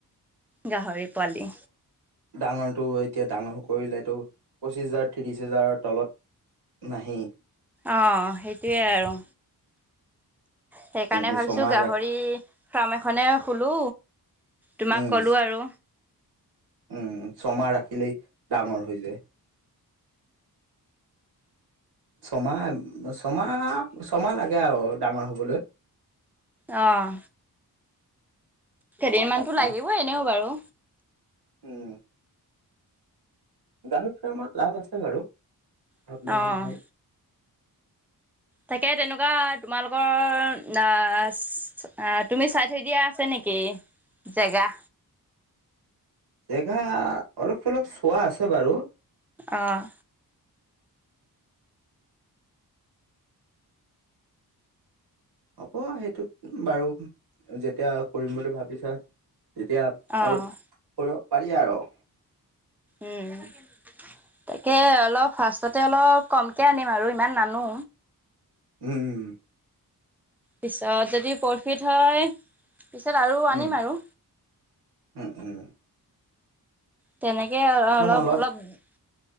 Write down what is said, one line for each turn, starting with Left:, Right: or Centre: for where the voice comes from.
Centre: গাহৰি পোৱালি
Right: ডাঙৰটো এতিয়া ডাঙৰ কৰিলেটো পঁচিশ হাজাৰ ত্ৰিশ হাজাৰৰ তলত নাহেই।
Centre: অ সেইটয়ে আৰু সেইকাৰণে
Right: তুমি
Centre: ভাবিছো
Right: ছমাহ
Centre: গাহৰি
Right: ৰাখি
Centre: ফাৰ্ম এখনে খুলো তোমাক
Right: উম
Centre: কলো আৰু।
Right: উম। ছমাহ ৰাখিলেই ডাঙৰ হৈ যায়। ছমাহ, ছমাহ, ছমাহ লাগে আৰু ডাঙৰ হবলৈ।
Centre: আহ
Right: ছমাহ
Centre: কেইদিনমানতো
Right: সাত
Centre: লাগিবই
Right: মাহ
Centre: এনেও বাৰু।
Right: উম গাহৰি ফাৰ্মত লাভ আছে বাৰু, ভাৱ
Centre: অ'।
Right: নোহোৱা নহয়।
Centre: তাকে তেনেকুৱা তোমালোকৰ অ তুমি চাই থৈ দিয়া আছে নেকি? কি জেগা।
Right: <unintelligible> জেগা অলপ চলপ চোৱা আছে বাৰু
Centre: অহ।
Right: হ'ব, সেইটোত বাৰু যেতিয়া কৰিম বুলি ভাবিছা তেতিয়া
Centre: অ',
Right: অলপ কৰিব পাৰি আৰু।
Centre: উম। তাকে অলপ ফাৰ্ষ্টতে অলপ কমকে আনিম আৰু, ইমান নানো।
Right: উম।
Centre: পিছত যদি প্ৰফিট হয় পিছত আৰু আনিম
Right: উম
Centre: আৰু।
Right: উম উম
Centre: তেনেকে
Right: প্ৰথম অলপ,
Centre: অলপকে